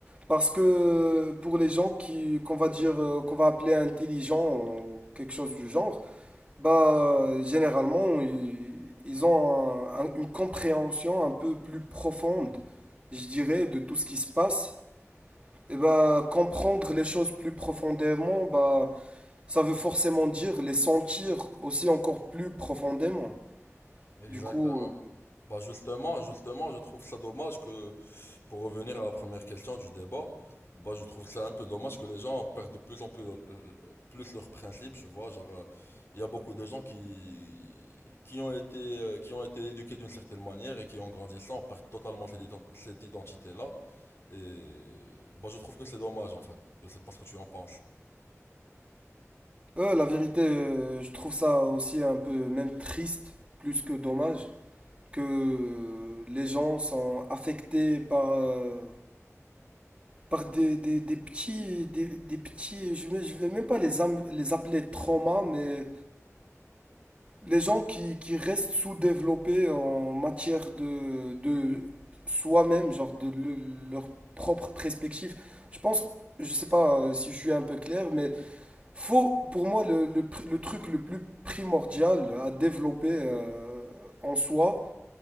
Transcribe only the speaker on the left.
Exactement.
Bah justement, justement, je trouve ça dommage que, pour revenir à la première question du débat, bah je trouve ça un peu dommage que les gens perdent de plus en plus, euh, plus leurs principes, tu vois, genre, euh, il y a beaucoup de gens qui, qui ont été, euh, qui ont été éduqués d'une certaine manière et qui en grandissant perdent totalement cette, ident- cette identité-là, et bah je trouve que c'est dommage en fait, je sais pas ce que tu en penses.